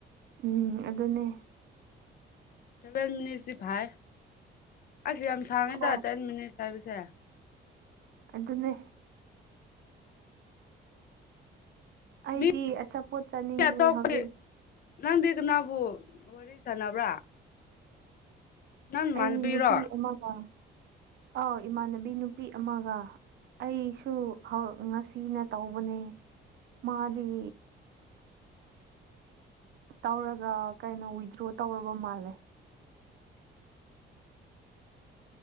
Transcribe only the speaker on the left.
ꯚ ꯃꯤ ꯐꯥꯏ ꯑꯁ ꯌꯥꯝ ꯁꯥꯡꯉꯦꯗ
ꯇꯦꯟꯃꯤꯅꯤꯠ ꯇ ꯄꯁꯦ
ꯃꯤ
ꯑꯇꯣꯞꯄꯗꯤ
ꯅꯪꯗꯤ ꯀꯅꯥꯕꯨ ꯋꯥꯔꯤ ꯁꯥꯟꯅꯕ꯭ꯔꯥ ꯅꯪ ꯅꯃꯥꯟꯅꯕꯤꯔꯣ